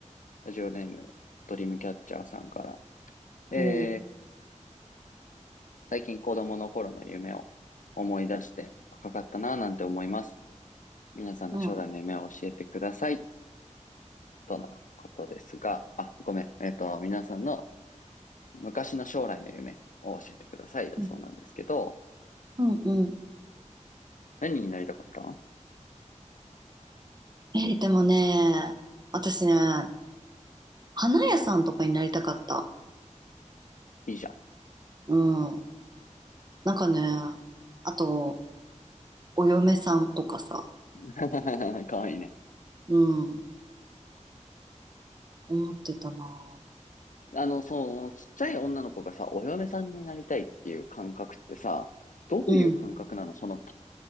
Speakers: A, on the left (about 80°); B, on the right (about 35°).
A: ラジオネーム、ドリームキャッチャーさんから、
B: おう。
A: えー、最近子供の頃の夢を思い出して若かったなぁなんて思います。皆さんの将来の夢を教えてください。
B: うん。
A: とのことですが、あ、ごめん。えっ、と、皆さんの昔の将来の夢を教えてくださいだそうなんですけど、
B: うん。うんうん。
A: 何になりたかったの
B: えーでもね、私ね、花屋さんとかになりたかった。
A: いいじゃん。
B: うん。なんかね、あと、お嫁さんとかさ、
A: <laughs> かわいいね。
B: うん、思ってたな。
A: あの、その、ちっちゃい女の子がさ、お嫁さんになりたいっていう感覚ってさ、どういう感覚なのその、
B: うん。